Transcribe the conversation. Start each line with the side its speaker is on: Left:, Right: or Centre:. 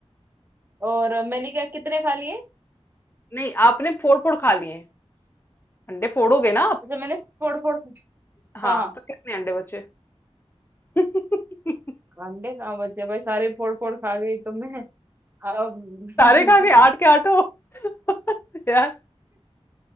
Right: और मैंने क्या कितने खा लिए
Left: नहीं आपने फोर फोर खा लिए अंडे फोड़ोगे ना आप
Right: अच्छा मैंने फोड़ फोड़
Left: हाँ
Right: हाँ हाँ
Left: तो कितने अंडे बचे <laughs>
Right: अंडे कहाँ बचे भाई सारे फोड़ फोड़ खा गई तो मैं अब
Left: सारे खा गए
Right: <laughs>
Left: आठ के आठों <laughs> यार